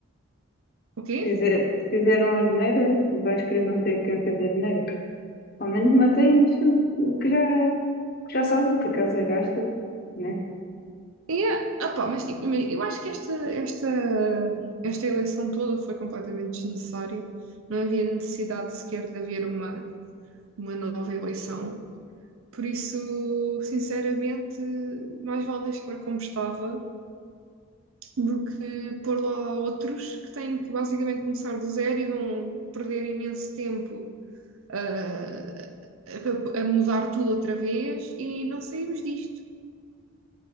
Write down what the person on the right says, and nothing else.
O quê?
Yeah. Ah, pá, mas tipo, imagina, eu acho que esta, esta, esta eleição toda foi completamente desnecessária. Não havia necessidade sequer de haver uma, uma nova eleição. Por isso, sinceramente, mais vale deixar como estava do que pôr lá outros que têm que basicamente começar do zero e vão perder imenso tempo ah, a, a mudar tudo outra vez e não saímos disto.